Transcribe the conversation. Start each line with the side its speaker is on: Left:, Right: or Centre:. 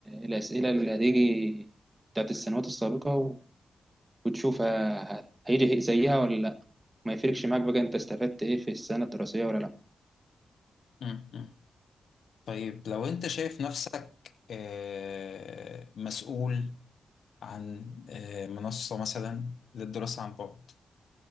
Right: الأسئلة اللي هتيجي بتاعت السنوات السابقة و- وتشوف ه- هيجي زيها ولا لأ ما يفرقش معاك بقى أنت استفدت إيه في السنة الدراسية ولا لأ
Left: امم امم طيب لو أنت شايف نفسك آه، مسؤول عن آه، منصة مثلا للدراسة عن بعد